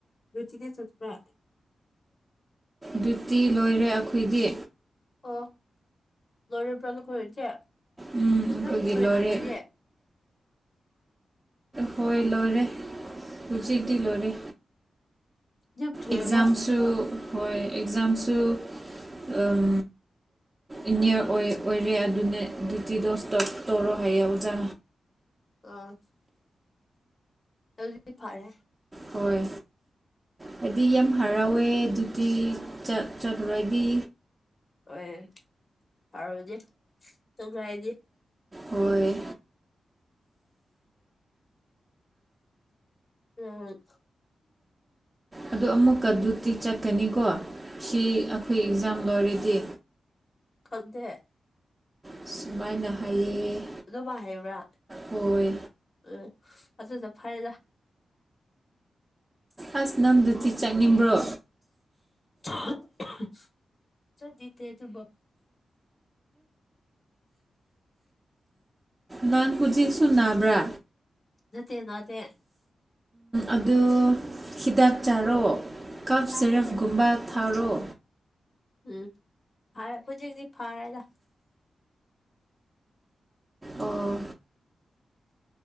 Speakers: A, on the left; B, on the right.
A: ꯂꯨꯆꯤꯡꯗꯤ ꯆꯠꯄꯔꯥ
B: ꯗꯤꯌꯨꯗꯤ ꯂꯣꯏꯔꯦ ꯑꯈꯣꯏꯗꯤ
A: ꯑꯣ ꯂꯣꯏꯔꯕ꯭ꯔꯥ ꯅꯈꯣꯏ ꯏꯆꯦ
B: ꯎꯝ ꯑꯩꯈꯣꯏꯒꯤ
A: ꯌꯥꯝ ꯊꯨꯏꯑꯦꯅ
B: ꯂꯣꯏꯔꯦ
A: ꯏꯆꯦ
B: ꯍꯣꯏ ꯂꯣꯏꯔꯦ ꯍꯨꯖꯤꯛꯇꯤ
A: ꯎꯝ
B: ꯂꯣꯏꯔꯦ
A: ꯌꯥꯝ ꯊꯨꯏꯌꯦꯀꯣ
B: ꯑꯦꯛꯖꯥꯝꯁꯨ ꯍꯣꯏ ꯑꯦꯛꯖꯥꯝꯁꯨ ꯑꯝ ꯏꯅꯤꯌꯥꯔ ꯑꯣꯏ ꯑꯣꯏꯔꯦ ꯑꯗꯨꯅ ꯗ꯭ꯌꯇꯤ ꯗꯣꯁ ꯇꯣꯞ ꯇꯧꯔꯣ ꯍꯥꯏꯌꯦ ꯑꯣꯖꯥ
A: ꯑꯥ ꯑꯗꯨꯗꯤ ꯐꯔꯦ
B: ꯍꯣꯏ ꯍꯥꯏꯗꯤ ꯌꯥꯝ ꯍꯔꯥꯎꯋꯦ ꯗꯨꯇꯤ ꯆꯠ ꯆꯠꯂꯨꯔꯗꯤ
A: ꯍꯣꯏ ꯐꯔꯗꯤ ꯅꯨꯡꯉꯥꯏꯅꯤ
B: ꯍꯣꯏ
A: ꯎꯝ
B: ꯑꯗꯨ ꯑꯃꯨꯛꯀ ꯑꯗꯨꯇꯤ ꯆꯠꯀꯅꯤꯀꯣ ꯁꯤ ꯑꯩꯈꯣꯏ ꯑꯦꯛꯖꯥꯝ ꯂꯣꯏꯔꯗꯤ
A: ꯈꯪꯗꯦ
B: ꯁꯨꯃꯥꯏꯅ ꯍꯥꯏꯌꯦ
A: ꯑꯗꯨꯃ ꯍꯥꯏꯕ꯭ꯔꯥ
B: ꯍꯣꯏ
A: ꯎꯝ ꯑꯗꯨꯗ ꯐꯔꯦꯗ
B: ꯑꯁ ꯅꯪꯗꯨꯗꯤ ꯆꯠꯅꯤꯡꯕ꯭ꯔꯣ
A: <unintelligible> ꯆꯗꯤꯇꯦ ꯇ
B: ꯅꯪ ꯍꯧꯖꯤꯛ ꯁꯨ ꯅꯕ꯭ꯔꯥ
A: ꯅꯠꯇꯦ ꯅꯥꯇ‌ꯦ
B: ꯑꯗꯨ ꯍꯤꯗꯥꯛ ꯆꯥꯔꯣ ꯀꯞ
A: ꯆꯥꯅꯤꯡꯉꯦ
B: ꯁꯤꯦꯔꯞꯀꯨꯝꯕ ꯊꯥꯔꯣ
A: ꯎꯝ ꯐꯔꯦ ꯍꯧꯖꯤꯛꯖꯤꯛ ꯐꯔꯦꯗ
B: ꯑꯣ